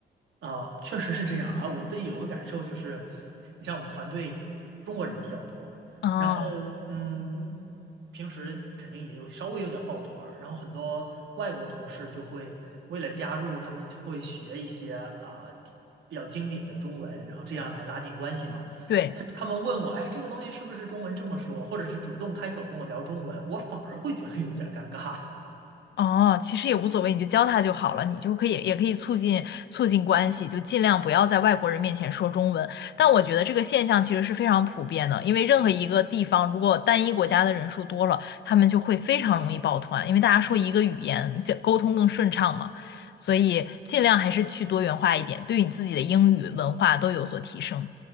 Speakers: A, on the right (about 80°); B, on the left (about 65°).
A: 啊，确实是这样啊。我自己有个感受就是，你像我们团队中国人比较多，
B: 啊，
A: 然后嗯，平时肯定也有稍微有点抱团儿，然后很多外国同事就会为了加入，他们会学一些啊比较经典的中文，然后这样来拉近关系嘛。
B: 对。
A: 但是他们问我，哎，这个东西是不是中文这么说，或者是主动开口跟我聊中文，我反而会觉得有点尴尬。
B: 哦，其实也无所谓，你就教他就好了，你就可以也可以促进促进关系，就尽量不要在外国人面前说中文。但我觉得这个现象其实是非常普遍的，因为任何一个地方如果单一国家的人数多了，他们就会非常容易抱团，因为大家说一个语言，这沟通更顺畅嘛。所以尽量还是去多元化一点，对你自己的英语文化都有所提升。